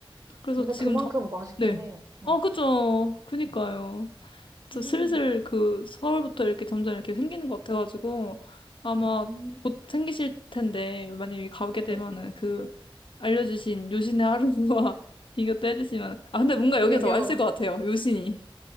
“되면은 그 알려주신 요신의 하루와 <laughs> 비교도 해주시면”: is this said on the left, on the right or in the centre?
Left